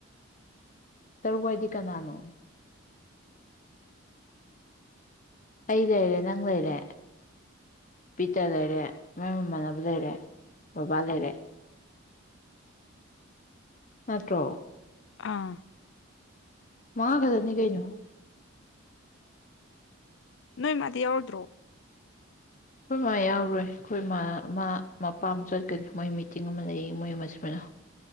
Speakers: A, on the left; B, on the left.
A: ꯇꯔꯨꯛꯋꯥꯏꯗꯤ ꯀꯅꯥꯅꯣ ꯑꯩ ꯂꯩꯔꯦ ꯅꯪ ꯂꯩꯔꯦ ꯄꯤꯇ ꯂꯩꯔꯦ ꯃ ꯃꯃꯥꯟꯅꯕ ꯂꯩꯔꯦ ꯕꯕꯥ ꯂꯩꯔꯦ ꯅꯠꯇ꯭ꯔꯣ
B: ꯑꯥ
A: ꯃꯥ ꯀꯗꯅꯤ ꯀꯩꯩꯅꯣ
B: ꯅꯣꯏ ꯃꯥꯗꯤ ꯌꯥꯎꯗ꯭ꯔꯣ
A: ꯑꯩꯈꯣꯏ ꯃꯥ ꯌꯥꯎꯔꯣꯏ ꯑꯩꯈꯣꯏ ꯏ ꯃꯥ ꯃꯥ ꯃꯄꯥꯝ ꯆꯠꯀꯅꯤ ꯃꯣꯏ ꯃꯤꯇꯤꯡ ꯑꯃ ꯂꯩ ꯃꯣꯏ ꯑꯃꯃꯅ